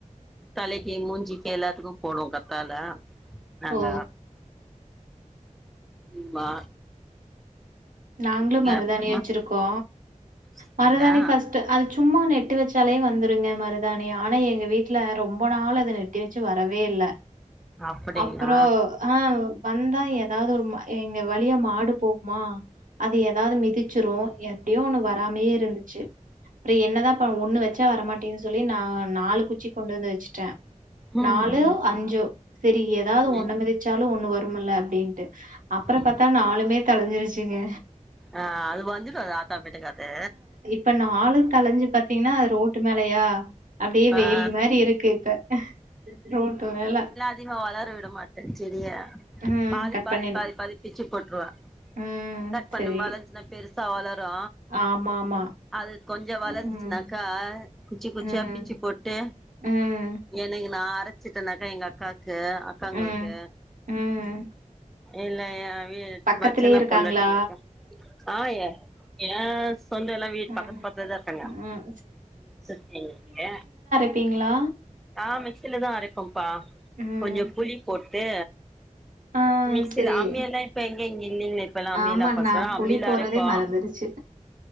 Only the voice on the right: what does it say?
ஓ!
நாங்ளு மருதாணி
வெச்சுருக்கோ
மருதாணி ஃபஸ்ட்டு அரச்சு சும்மா நெட்டு வச்சாலே வந்துருங்க மருதாணி ஆனா எங்க வீட்டு ல ரொம்ப நாள் அது நெட்டு வச்சு வரவே இல்ல
அப்பறோ ஆ வந்தா ஏதாவது ஒரு எங்க வழியா மாடு போகுமா அது ஏதாவது மிதிச்சுரு எப்டியோ ஒண்ணு வராமயே இருந்துச்சு அப்றோ என்னதா பா ஒண்ணு வெச்சா வரமாட்டேங்குது சொல்லி நான் நாலு குச்சி கொண்டு வந்து வெச்சுட்ட
நாலு அஞ்சோ சேரி ஏதாவது
ஒண்ணு மிதிச்சாலு ஒண்ணு வரும்முல அப்டின் டு அப்பற
பாத்தா நாலுமே தழஞ்சிருச்சிங்க
இப்ப நாலு தழஞ்சு பாத்தீங்கன்னா அது ரோட்டு மேலயா அப்டியே வேலி
மாரி இருக்கு இப்ப ரோட்டு மேல
ம்.
கட்
பண்ணிரு.
ம்.
சரி.
ஆமாமா.
ம்.
ம்.
ம்.
ம். ம்.
பக்கத்திலயே
இருக்காங்களா?
ம்.
ம்.
ப்பீங்களா
ம்.
ஆ
சரி.
ஆமா
நா புளி
போட்றதே
மறந்துருச்சு